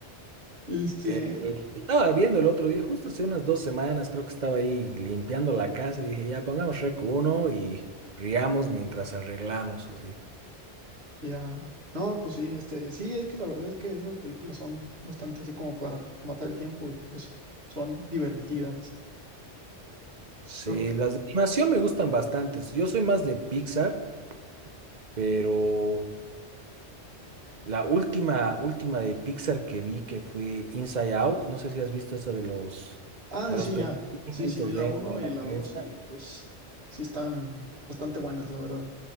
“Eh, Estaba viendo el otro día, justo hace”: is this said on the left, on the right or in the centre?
Right